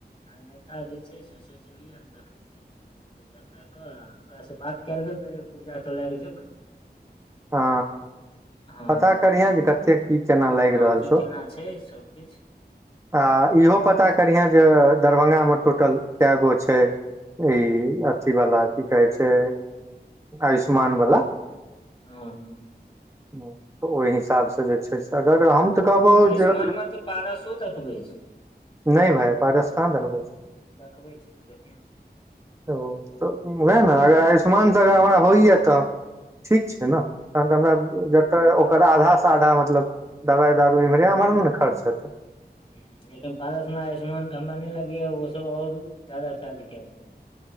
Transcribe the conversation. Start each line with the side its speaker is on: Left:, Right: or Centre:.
Left: आ नेता जे छै से सोचलियै हन देखै छी। र देखा कऽ ओकरा से बात के लेबै पहिले पुर्जा सभ लए क जेबै
Right: हा
Left: हँ
Right: पता करिहे
Left: तऽ ओस
Right: जे कते कि केना लागि
Left: हँ
Right: रहल
Left: की
Right: छौ
Left: केना छै सभकिछ
Right: आ इहो पता करिहे जे दरभंगा मे टोटल कए गो छै। ई अथी वाला कि कहै छै आयुष्मान वाला
Left: ह
Right: तऽ ओहि हिसाबसँ जे छै से अगर हम तऽ कहबौ
Left: आयुष्मानमे
Right: जे
Left: तऽ पारसो देखबै छै।
Right: नहि भाय पारस कहाँ धनूै
Left: छै देखबै छै तू देखियह
Right: ओ तऽ उएह न अगर आयुष्मान संगे हमरा होइय तऽ ठीक छै नै तहन तऽ हमरा।
Left: ने
Right: तऽ ओकर आधा सँ आधा मतलब दवाइ दारू इम्हरे एम्हर मे ने खर्च हेतौ
Left: हूॅं, लेकिन पारसमे आयुष्मानके हमरा नै लागैया ओ सब और ज्यादा चार्जके दे